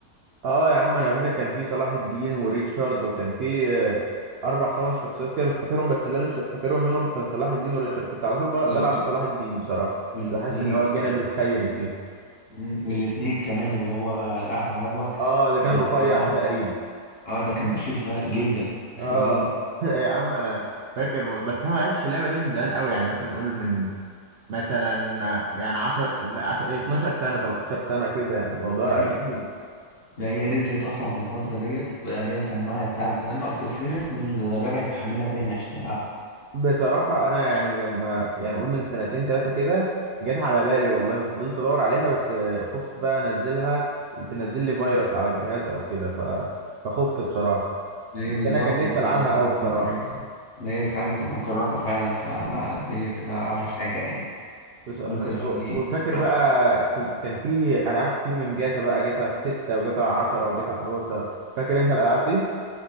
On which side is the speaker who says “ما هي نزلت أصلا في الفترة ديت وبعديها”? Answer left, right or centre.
Left